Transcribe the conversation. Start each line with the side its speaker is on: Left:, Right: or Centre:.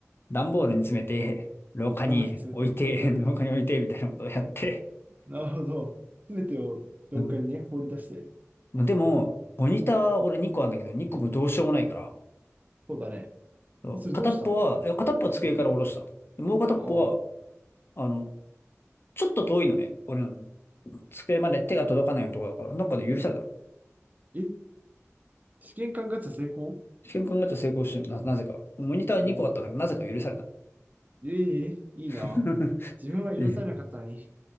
Left: 段ボールに詰めて、廊下に置いて、
Right: 黙り詰めて。うん。
Left: <laughs> 廊下に置いて、みたいなことをやって、
Right: なるほど。詰めてを廊下にね、
Left: うん
Right: 放り出して。
Left: まあ、でも、モニター俺2個あるんだけど、2個もどうしようもないから、
Right: そうだね。
Left: そう片っぽは、
Right: えそれどうしたの
Left: いや片っぽは机から下ろした。
Right: うん。
Left: でもう片っぽは、
Right: ああ。
Left: あの、ちょっと遠いのね、俺らの。机まで手が届かないようなところだから、どかで許された
Right: うんえ、試験官ガチャ成功
Left: 試験管ガチャ成功してるな、なぜか。モニター2個あったんだけど、
Right: うん。
Left: なぜか許された。
Right: ええいいな。
Left: <laughs>
Right: 自分は許されなかったのに。
Left: で、